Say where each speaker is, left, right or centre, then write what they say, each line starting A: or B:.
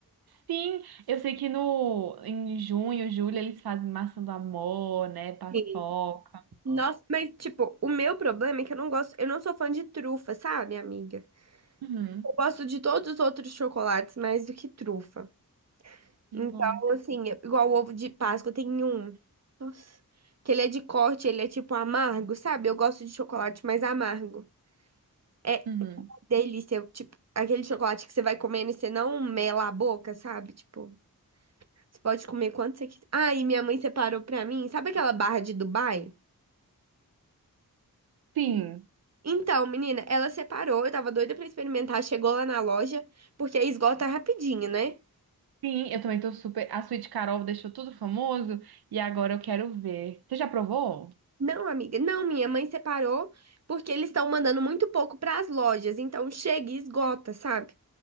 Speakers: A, on the right (about 90°); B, on the right (about 45°).
A: Sim, eu sei que no, em junho, julho, eles fazem massa do amor, né? Paçoca.
B: Sim. Nossa,
A: Ah.
B: mas tipo, o meu problema é que eu não gosto, eu não sou fã de trufa, sabe, amiga?
A: Uhum.
B: Eu gosto de todos os outros chocolates mais do que trufa.
A: Nossa.
B: Então, assim, é igual o ovo de Páscoa, tem um. Nossa, que ele é de corte, ele é tipo amargo, sabe? Eu gosto de chocolate mais amargo. É,
A: Uhum.
B: delícia. Tipo, aquele chocolate que você vai comendo e você não mela a boca, sabe? Tipo, você pode comer quanto você quiser. Ah, e minha mãe separou pra mim. Sabe aquela barra de Dubai?
A: Sim,
B: Então, menina, ela separou. Eu tava doida pra experimentar. Chegou lá na loja, porque aí esgota rapidinho, né?
A: sim, eu também tô super. A Sweet Carol deixou tudo famoso e agora eu quero ver. Você já provou?
B: Não, amiga, não, minha mãe separou porque eles estão mandando muito pouco pras lojas, então chega e esgota, sabe?